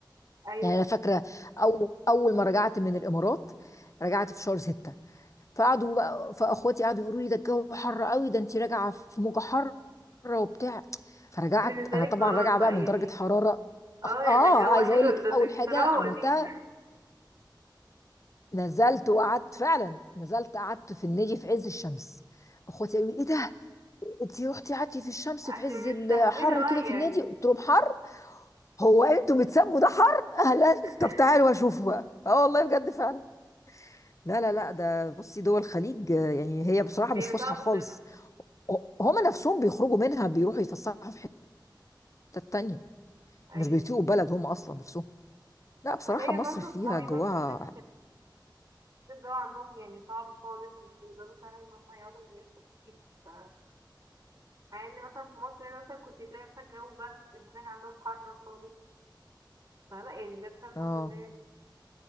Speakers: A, on the right; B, on the left.
A: أيوة.
B: يعني انا فاكرة أو... اول ما رجعت من الامارات رجعت في شهر ستة فقعدوا بقى فاخواتي قعدوا يقولوا لي ده الجو حر قوي ده انت راجعه في موجه حاره وبتاع فرجعت
A: دي بالنسبة
B: انا
A: لي
B: طبعا
A: خلاص
B: راجعه
A: بقى
B: بقى من
A: يعني
B: درجه حراره
A: اه
B: أخ-
A: يا
B: اه
A: ده الجو
B: عايزه
A: حلو
B: اقول لك
A: ده دي
B: اول
A: دي
B: حاجه
A: طراوة
B: عملتها
A: دي
B: نزلت وقعدت فعلا نزلت قعدت في النادي في عز الشمس اخواتي قالوا لي ايه ده انت رحتي قعدتي في الشمس
A: <laughs> عشان
B: في عز
A: مستحملة
B: الحر
A: بقى
B: كده في
A: يعني
B: النادي قلت لهم حر هو انتوا بتسموا ده حر اهلا
A: <laughs>
B: طب تعالوا اشوفوا بقى اه والله بجد فعلا لا لا لا ده بصي دول الخليج آه، يعني هي بصراحه مش
A: هي
B: فسحه
A: صعبة
B: خالص
A: فعلا
B: هما نفسهم بيخرجوا منها بيروحوا يتفسحوا في حتة تانية
A: ايوه
B: مش بيطيقوا بلد هما أصلا نفسهم لا بصراحة
A: انا ليا
B: مصر
A: برضه
B: فيها
A: صحابي
B: جواها
A: برضه هناك الجو عندهم يعني صعب خالص مش بيقدروا فعلا ان هم يقعدوا من غير تكييف ف- مع ان مثلا في مصر هنا مثلا كنت تلاقي مثلا جو برد هناك عندهم حر خالص فلا يعني بجد فعلا الحمد
B: اه
A: لله يعني